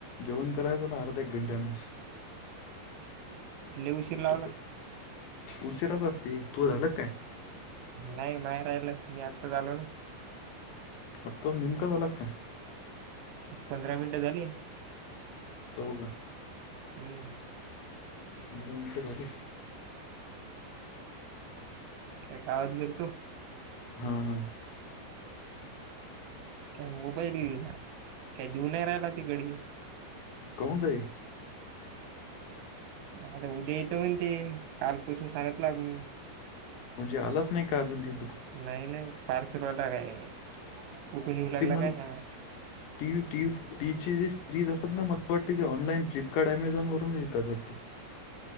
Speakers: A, on the left; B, on the right.
A: जेवण करायचं आता अर्ध्या एक घंट्यान
B: लई उशीर लावला
A: तो उशिराच असते तू झाला काय.
B: नाही माहे राहिलं मी आत्ता लो
A: आत्ता निम् का झाला काय
B: पंधरा मिनिट झाले.
A: हो का.
B: हम
A: पंधरा मिनटं झालीत.
B: <inaudible> गावात गेल तो.
A: हा हा
B: काय मोबाईल काय देऊ नाय राहिला त घरी
A: कोन तई
B: आता उद्या येतं म्हण ते कालपसून सांगत लागू.
A: म्हणजे आलाच नाही का अजून त
B: नाही नाही पारश रवायला काय आहे कुठून येऊ लागला
A: ते मला
B: काय सांगा
A: टी ट टीची जे सिरीज असतात ना मला वाटते ते ऑनलाईन फ्लिपकार्ट अमेझॉन वरून येतात वाटते.